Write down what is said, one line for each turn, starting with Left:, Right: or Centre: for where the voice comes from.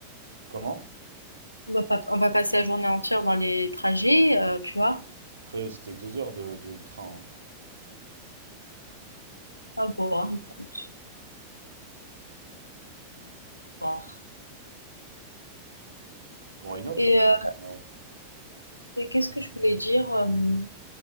Right: Comment?
Left: On va pas- on va passer la journée entière dans les trajets, euh, tu vois.
Right: Après, c'était deux heures de, de train. Hein.
Left: À voir, écoute. à voir.
Right: Why not,
Left: Et,
Right: ça pourrait.
Left: euh,
Right: Ouais,
Left: et qu'est-ce que je voulais dire euh,